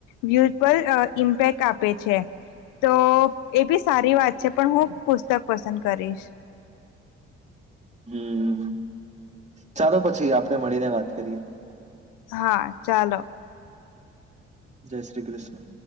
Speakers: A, on the left; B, on the right.
A: વ્યુઝ પર ઇમ્પેક્ટ આપે છે. તો એ બી સારી વાત છે પણ હું પુસ્તક પસંદ કરીશ. <inaudible>
B: હમ ચાલો પછી આપણે મળીને વાત કરીએ.
A: હા ચાલો.
B: જય શ્રી કૃષ્ણ.